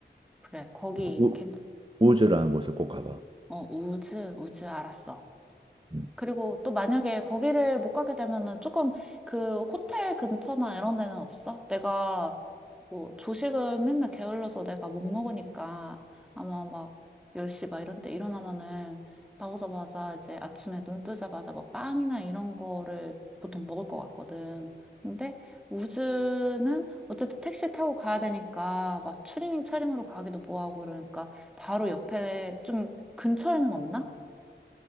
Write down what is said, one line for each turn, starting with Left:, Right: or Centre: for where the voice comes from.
Centre: 그래. 거기
Right: 그래서 우,
Centre: 괜찮,
Right: 우즈라는 곳을 꼭 가봐.
Centre: 어, 우즈, 우즈 알았어.
Right: 음.
Centre: 그리고 또 만약에 거기를 못 가게 되면은 조금 그 호텔 근처나 이런 데는 없어? 내가 뭐 조식은 맨날 게을러서 내가 못 먹으니까 아마 막 10시 막 이런 때 일어나면은 나오자마자 이제 아침에 눈 뜨자마자 막 빵이나 이런 거를 보통 먹을 것 같거든. 근데 우즈는 어쨌든 택시 타고 가야 되니까 막 추리닝 차림으로 가기도 뭐하고 이러니까 바로 옆에 좀 근처에는 없나?